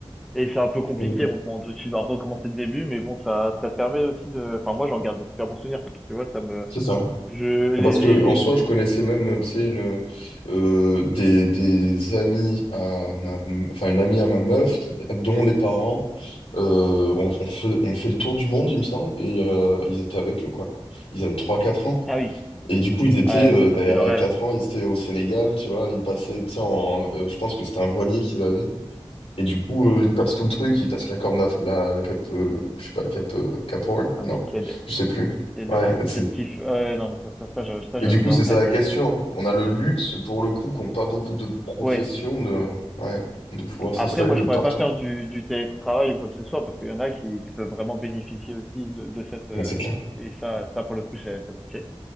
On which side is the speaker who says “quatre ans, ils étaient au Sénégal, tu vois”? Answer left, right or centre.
Left